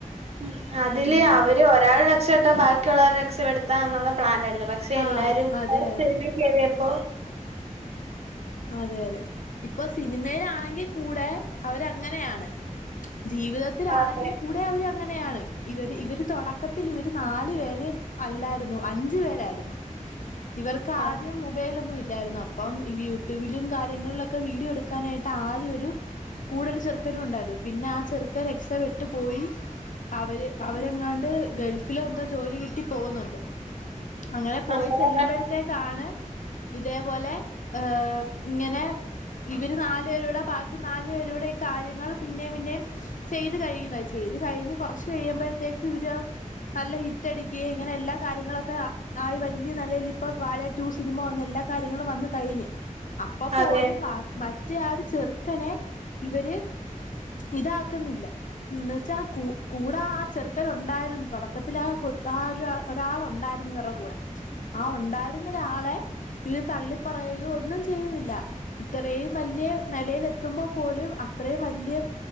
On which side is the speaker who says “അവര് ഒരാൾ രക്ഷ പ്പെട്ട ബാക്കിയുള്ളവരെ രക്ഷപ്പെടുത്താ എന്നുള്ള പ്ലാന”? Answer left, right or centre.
Right